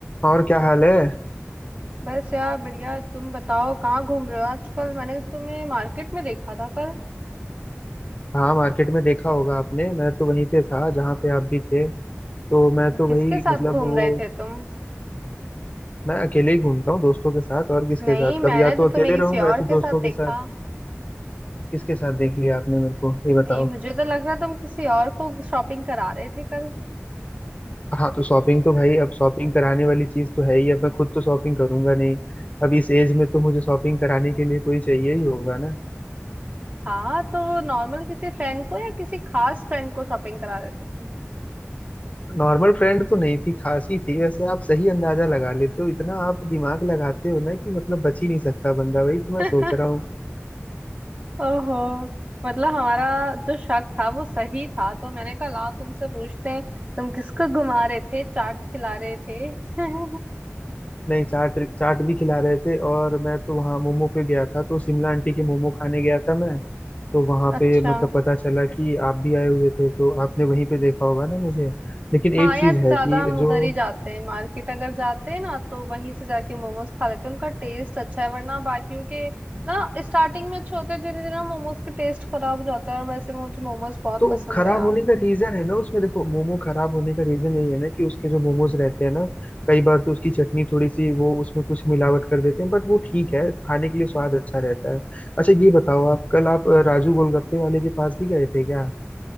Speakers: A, on the left; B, on the right.
A: और क्या हाल है
B: बस यार बढ़िया तुम बताओ कहाँ घूम रहे हो आजकल मैंने तो तुम्हें मार्केट में देखा था कल
A: हाँ मार्केट में देखा होगा आपने मैं तो वहीं पे था जहाँ पे आप भी थे तो मैं तो
B: किसके
A: वही
B: साथ
A: मतलब
B: घूम
A: वो
B: रहे थे तुम
A: मैं अकेले ही घूमता हूँ दोस्तों के साथ और किसके
B: नहीं
A: साथ
B: मैंने
A: कभी या तो
B: तो
A: अकेले
B: तुम्हें किसी
A: रहूंगा
B: और
A: या तो
B: के
A: दोस्तों
B: साथ देखा
A: के साथ किसके साथ देख लिया आपने मेरे को ये
B: नहीं
A: बताओ
B: मुझे तो लग रहा तुम किसी और को शॉपिंग करा रहे थे कल
A: हाँ तो शॉपिंग तो भाई अब शॉपिंग कराने वाली चीज तो है ही अब मैं खुद तो शॉपिंग करूंगा नहीं अब इस एज में तो मुझे शॉपिंग कराने के लिए कोई चाहिए ही होगा ना
B: हाँ तो नॉर्मल किसी फ्रेंड को या किसी खास फ्रेंड को शॉपिंग करा रहे थे तुम
A: नॉर्मल फ्रेंड तो नहीं थी खास ही थी वैसे आप सही अंदाजा लगा लेते हो इतना आप दिमाग लगाते हो ना कि मतलब बच ही नहीं सकता बंदा वही तो मैं
B: <laughs>
A: सोच रहा हूँ
B: ओहो मतलब हमारा जो शक था वो सही था तो मैंने कहा लाओ तुमसे पूछते हैं तुम किसको घुमा रहे थे चाट खिला रहे थे <laughs>
A: नहीं चाट चाट भी खिला रहे थे और मैं तो वहाँ मोमो पे गया था तो शिमला आंटी के मोमो खाने गया था मैं तो वहाँ
B: अच्छा
A: पे मतलब पता चला कि आप भी आए हुए थे तो आपने वहीं पे देखा होगा ना मुझे लेकिन
B: हाँ
A: एक
B: यार
A: चीज
B: ज्यादा
A: है कि
B: हम उधर
A: जो
B: ही जाते हैं मार्केट अगर जाते हैं ना तो वहीं से जाके मोमोज खा लेते हैं उनका टेस्ट अच्छा है वरना बाकियों के ना स्टार्टिंग में अच्छे होते हैं धीरे धीरे ना मोमोज के टेस्ट खराब हो जाता है और वैसे मुझे मोमोज बहुत
A: तो
B: पसंद
A: खराब
B: है यार
A: होने का रीजन है ना उसमें देखो मोमो खराब होने का रीजन यही है ना कि उसके जो मोमोज रहते हैं ना कई बार तो उसकी चटनी थोड़ी सी वो उसमें कुछ मिलावट कर देते हैं बट वो ठीक है खाने के लिए स्वाद अच्छा रहता है अच्छा ये बताओ आप कल आप अ, राजू गोलगप्पे वाले के पास भी गए थे क्या